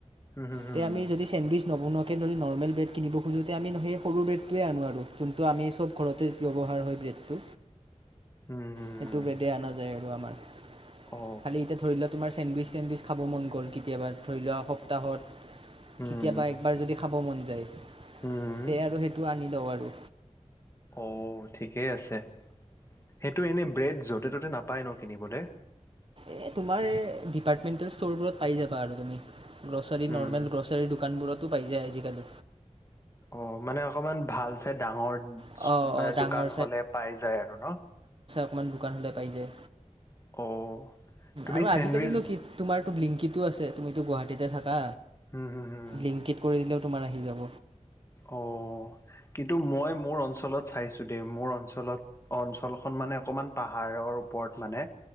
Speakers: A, on the left; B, on the right.
A: হুম হুম
B: তে আমি যদি চেণ্ডউইচ নবনোৱাকৈ নদি নৰ্মেল ব্ৰেড কিনিব খোজোঁতে আমি সেই সৰু ব্ৰেডটোৱে আনোঁ। আৰু যোনটো আমি চব ঘৰতে ব্যৱহাৰ হয় ব্ৰেডটো।
A: হুম হুম
B: সেইটো
A: হুম
B: ব্ৰেডে অনা যায় আৰু আমাৰ।
A: অ
B: খালি এতিয়া ধৰি লোৱা তোমাৰ চেণ্ডউইচ চেণ্ডউইচ খাব মন গ'ল কেতিয়াবা? ধৰি লোৱা সপ্তাহত
A: হুম
B: কেতিয়াবা একবাৰ যদি খাব মন যায় যায়।
A: হুম
B: তে আৰু সেইটো আনি দৌৰো।
A: অ' ঠিকেই আছে। সেইটো এনেই ব্ৰেড য'তে ত'তে নাপ পায় ন কিনিবলে?
B: এ তোমাৰ ডিপাৰ্টমেণ্টেল ষ্টৰবোৰত পাই যাবা। আৰু তুমি গ্ৰছাৰী
A: উম
B: নৰ্মেল গ্ৰছাৰী দোকানবোৰতো পাইয়ে আজিকাল।
A: অ' মানে অকমান ভাল চাই ডাঙৰ
B: অ', অ', ডাঙৰ
A: দোকান হ'লে পাই যায় আৰু ন?
B: অকমান দোকান হ'লে
A: অ তুমি
B: আৰু আজিকালিনো
A: চেণ্ডউইচ
B: কি তোমাৰ লিংকিতো আছে তুমিতো গুৱাহাটীতে থাকা?
A: হুম হুম হুম
B: লিংকিত কৰি দিলে তোমাৰ আহি যাব।
A: অ' কিন্তু মই মোৰ অঞ্চলত চাইছো দে, মোৰ অঞ্চলত অ' অঞ্চল খন মানে অকণমান পাহাৰৰ ওপৰত মানে।